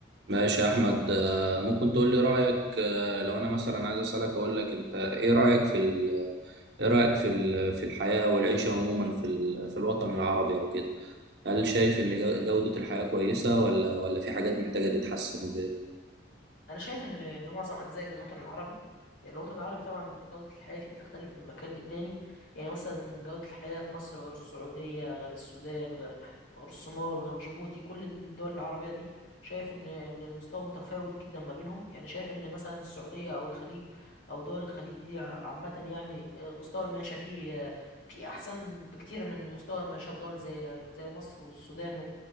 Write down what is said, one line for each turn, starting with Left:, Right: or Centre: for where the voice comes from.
Right: ماشي يا احمد آه، ممكن تقول لي رايك آه، لو انا مثلا عايز اسالك اقول لك انت ايه رايك في ال... ايه رايك في ال... في الحياه والعيشه عموما في ال... في الوطن العربي او كده هل شايف ان جو- جوده الحياه كويسه ولا ولا في حاجات محتاجه تتحسن وكده
Left: انا شايف ان ان معظم اجزاء الوطن العربي يعني الوطن العربي طبعا جودة الحياة فيه بتختلف من مكان للتاني يعني مثلا جودة الحياة في مصر غير السعودية غير السودان غير غير الصومال غير جيبوتي كل الدول العربية دي شايف ان ان المستوى متفاوت جدا ما بينهم يعني شايف ان مثلا السعودية او الخليج او دول الخليج دي ع- عامة يعني آه، مستوى المعيشة فيه آه، فيه احسن بكتير من مستوى المعيشة في دول زي زي مصر والسودان